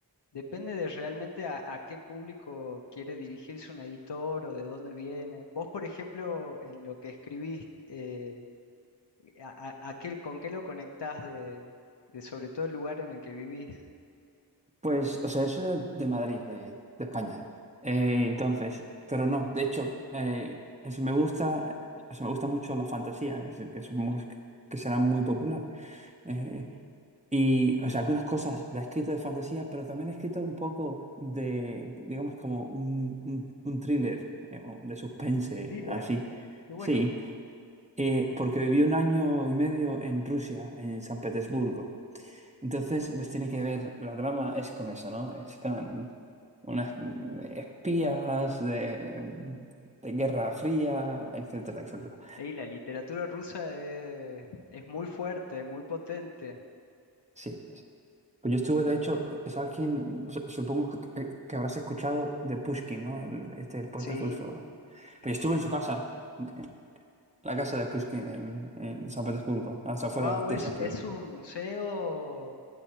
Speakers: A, on the left; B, on the right.
A: depende de realmente a, a qué público quiere dirigirse un editor o de dónde viene. Vos, por ejemplo, en lo que escribís, eh, a- a- a qué- ¿con qué lo conectás de, de sobre todo el lugar en el que vivís?
B: Pues, o sea, yo soy de, de Madrid, de, de España. Eh, entonces, pero no, de hecho, eh, es- me gusta, eh, o sea, me gusta mucho la fantasía, que, se- que supongo que, que será muy popular. Eh, y, o sea, algunas cosas la he escrito de fantasía, pero también he escrito un poco de, digamos, como un, un, un thriller, eh, o de suspense,
A: Thriller,
B: así.
A: qué bueno.
B: Sí, eh, porque viví un año y medio en Rusia, en San Petersburgo. Entonces, pues tiene que ver, la trama es con eso, ¿no? Están unas mm, espías de, de Guerra Fría, etcétera, etcétera.
A: Y la literatura rusa es es muy fuerte, muy potente.
B: Sí. sí. Pues yo estuve, de hecho, eh, ¿sabes quién? Su- Supongo que, que- que habrás escuchado de Pushkin, ¿no? El, este, el poeta
A: Sí,
B: ruso.
A: sí,
B: Pues yo estuve
A: sí.
B: en su casa, en la casa de Pushkin en, en San Petersburgo, hasta afuera
A: Wow,
B: de
A: es,
B: San Petersburgo.
A: es un museo.